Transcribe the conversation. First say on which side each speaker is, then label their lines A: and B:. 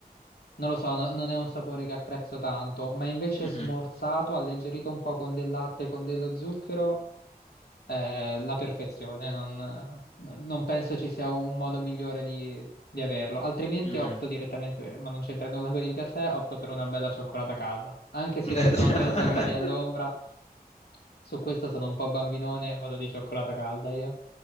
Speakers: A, on the left; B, on the left.
A: Non lo so, no- non è un sapore che apprezzo tanto, ma invece
B: Mhm,
A: smorzato, alleggerito un po' con del latte, con dello zucchero, è la perfezione. Non, non penso ci sia un modo migliore di, di averlo. Altrimenti
B: mhm.
A: opto direttamente, ma non c'entra nulla con il caffè, opto per una bella cioccolata calda. Anche se
B: <laughs>
A: ci sono 30 gradi all'ombra, su questo sono un po' bambinone, vado di cioccolata calda io.